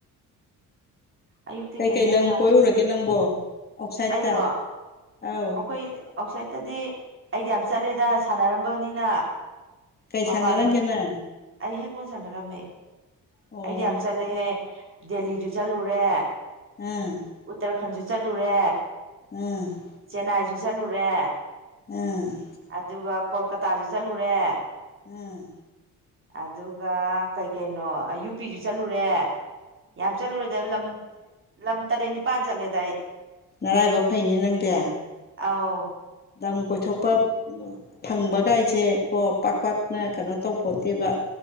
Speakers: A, on the right (about 35°); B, on the left (about 30°).
A: ꯑꯌꯨꯛꯇꯤ
B: ꯀꯩ ꯀꯩ
A: ꯏꯟꯖꯥꯡ
B: ꯂꯝ
A: ꯆꯥꯒꯦ
B: ꯀꯣꯏꯔꯨꯔꯒꯦ ꯅꯪꯕꯣ ꯑꯥꯎꯠꯁꯥꯏꯠꯇ
A: ꯑꯩꯔꯣ
B: ꯑꯧ
A: ꯑꯈꯣꯏ ꯑꯥꯎꯠꯁꯥꯏꯗꯇꯗꯤ ꯑꯩꯗꯤ ꯌꯥꯝ ꯆꯠꯂꯦꯗ ꯁꯥꯟꯅꯔꯝꯕꯅꯤꯅ
B: ꯀꯩ
A: ꯃꯄꯥꯥꯟ
B: ꯁꯥꯟꯅꯔꯝꯒꯦ
A: ꯂꯝ
B: ꯅꯪ
A: ꯑꯩ ꯍꯦꯟꯕꯣꯟ ꯁꯥꯟꯅꯔꯝꯃꯦ
B: ꯑꯣ
A: ꯑꯩꯗꯤ ꯌꯥꯝ ꯆꯠꯂꯦꯍꯦ ꯗꯦꯜꯂꯤꯖꯨ ꯆꯠꯂꯨꯔꯦ
B: ꯑꯥ
A: ꯎꯇꯔ ꯔꯥꯈꯟꯖꯨ ꯆꯠꯂꯨꯔꯦ
B: ꯎꯝ
A: ꯆꯦꯟꯅꯥꯏꯖꯨ ꯆꯠꯂꯨꯔꯦ
B: ꯎꯝ
A: ꯑꯗꯨꯒ ꯀꯣꯜꯀꯇꯥꯖꯨ ꯆꯠꯂꯨꯔꯦ
B: ꯑꯥ
A: ꯑꯗꯨꯒ ꯀꯩ ꯀꯩꯅꯣ ꯌꯨ ꯄꯤꯖꯨ ꯆꯠꯂꯨꯔꯦ ꯌꯥꯝ ꯆꯠꯂꯨꯔꯦꯗ ꯂꯝ ꯂꯝ ꯇꯔꯦꯠ ꯅꯤꯄꯥꯟ ꯆꯠꯂꯦꯗ ꯑꯩ
B: ꯅꯔꯥꯏꯕꯛ ꯐꯩꯅꯦ ꯅꯪꯗꯦ
A: ꯑꯥꯎ
B: ꯂꯝ ꯀꯣꯏꯊꯣꯛꯄ ꯐꯪꯕ ꯀꯥꯏꯖꯦ ꯀꯣ ꯄꯥꯛ ꯄꯥꯛꯅ ꯀꯩꯅꯣ ꯇꯧꯄꯣꯠꯇꯦꯕ